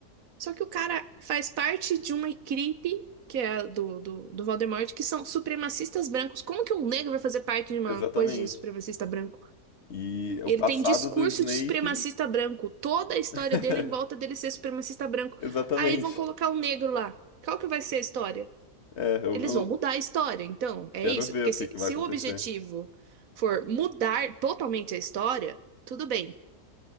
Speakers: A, on the right; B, on the left.
A: Só que o cara faz parte de uma equipe, que é a do, do, do Voldemort, que são supremacistas brancos. Como que um negro vai fazer parte de uma
B: Exatamente.
A: coisa de supremacista branco?
B: E o
A: E
B: passado
A: Ele tem discurso
B: do Snape.
A: de supremacista branco. Toda a história
B: <laughs>
A: dele é em volta dele ser supremacista branco.
B: Exatamente.
A: Aí vão colocar um negro lá. Qual que vai ser a história?
B: É, eu,
A: Eles
B: eu
A: vão mudar a história, então, é
B: quero
A: isso?
B: ver
A: Porque
B: o que
A: se,
B: que
A: se
B: vai acontecer.
A: o objetivo for mudar totalmente a história, tudo bem.